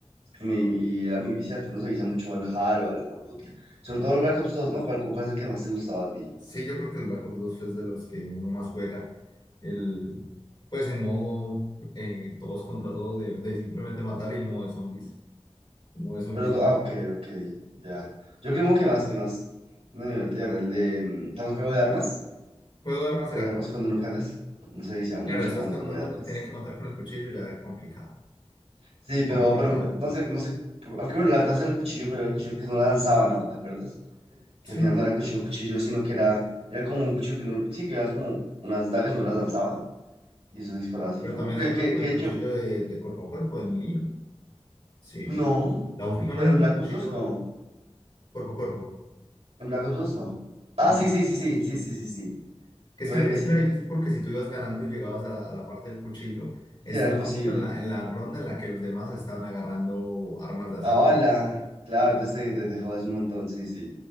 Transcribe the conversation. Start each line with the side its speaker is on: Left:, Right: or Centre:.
Right: Y, y era muy viciante, uno se vicia mucho al HAL o al Call of Duty. Sobre todo el Black Ops dos ¿no? ¿Cuál, cuál es el que más te gustaba a ti?
Left: Sí, yo creo que el Black Ops dos es de los que uno más juega. El, pues en modo eh, todos contra todos de, de simplemente matar y el modo de zombies. El modo de zombies
Right: Pero,
Left: era...
Right: ah, ok, ok, ya. Yo creo que más, que más me divertía era el de... mm, También juego de armas.
Left: Juego de armas
Right: Juego
Left: era...
Right: de armas cuando uno cambia, no se vicia mucho
Left: Claro, eso
Right: cuando
Left: es cuando
Right: juego
Left: uno
Right: de armas.
Left: tiene que matar con el cuchillo, ya es complicado.
Right: Sí, pero,
Left: Complicado.
Right: pero no sé, no sé. Aunque bueno, la ventaja era el cuchillo, pero era el cuchillo que no la lanzaba, ¿no? ¿Te acuerdas? Que
Left: Sí.
Right: al final no era cuchillo, cuchillo, sino que era, era como un cuchillo que no, sí, que era como unas dagas y no las lanzaba. Y eso disparaba así.
Left: Pero
Right: Fu.
Left: también
Right: ¿Qué,
Left: hay uno
Right: qué,
Left: con
Right: qué
Left: el cuchillo
Right: hecho?
Left: de, de cuerpo a cuerpo, de melee, Sí.
Right: No,
Left: La última
Right: pero
Left: no era
Right: en
Left: con
Right: Black
Left: cuchillo
Right: Ops dos no.
Left: cuerpo a cuerpo,
Right: En Black Ops dos no. Ah,
Left: ¿no?
Right: sí, sí, sí, sí, sí,
Left: Que
Right: sí, sí, sí.
Left: es
Right: Puede
Left: que era,
Right: que
Left: es
Right: sí.
Left: que era difícil porque si tú ibas ganando y llegabas a la, a la parte del cuchillo,
Right: Sí,
Left: estabas
Right: era imposible.
Left: justo en la, en la ronda en la que los demás estaban agarrando armas de asalto.
Right: Ah, hola. Claro, te, te, te, te jodas un montón, sí, sí.